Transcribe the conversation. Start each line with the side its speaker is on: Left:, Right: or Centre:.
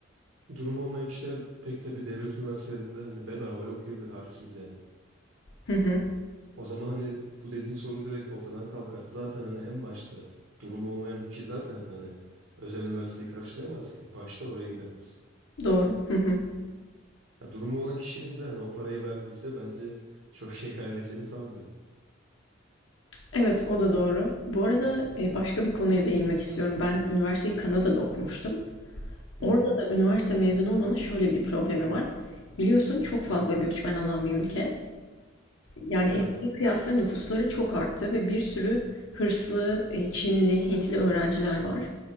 Right: Durumu olmayan kişiler pek tabii devlet üniversitelerinde hani bedavaya okuyabilir harçsız yani.
Left: Hı hı,
Right: O zaman hani bu dediğin sorun direkt ortadan kalkar. Zaten hani en başta durumu olmayan bir kişi zaten hani özel üniversiteyi karşılayamaz ki. Başta oraya gidemez.
Left: doğru. Hı hı.
Right: Ya durumu olan kişinin de hani o parayı verdiyse bence çok şey kaybedeceğini sanmıyorum.
Left: Evet, o da doğru. Bu arada e, başka bir konuya değinmek istiyorum. Ben üniversiteyi Kanada'da okumuştum.
Right: Hı
Left: Orada
Right: hı.
Left: da üniversite mezunu olmanın şöyle bir problemi var. Biliyorsun çok fazla göçmen alan bir ülke. Yani
Right: Evet.
Left: eskiye kıyasla nüfusları çok arttı ve bir sürü hırslı, e, Çinli, Hintli öğrenciler var.